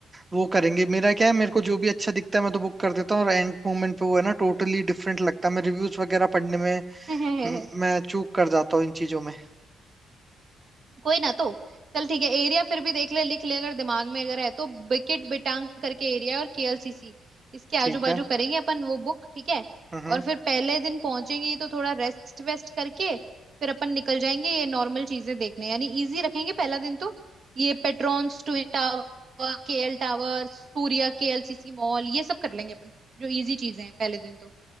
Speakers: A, on the right; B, on the right.
A: वो करेंगे मेरा क्या है मेरे को जो भी अच्छा दिखता है मैं तो बुक कर देता हूँ और एंड मोमेंट पे वो है ना टोटली डिफरेंट लगता है मैं रिव्यूज वगैरह पढ़ने में
B: <laughs>
A: म- मैं चूक कर जाता हूँ इन चीजों में
B: कोई ना तो चल ठीक है एरिया फिर भी देख ले लिख ले अगर दिमाग में अगर है तो बिकिट बिटांग करके एरिया है और केएलसीसी इसके आजू
A: ठीक
B: बाजू
A: है
B: करेंगे अपन वो बुक ठीक है
A: हम्म
B: और फिर पहले दिन पहुंचेंगे ही तो थोड़ा रेस्ट वेस्ट करके फिर अपन निकल जाएंगे ये नॉर्मल चीजें देखने यानी इजी रखेंगे पहला दिन तो ये Petronas twin tower KL tower Suria KLCC mall ये सब कर लेंगे अपन जो इजी चीजें हैं पहले दिन तो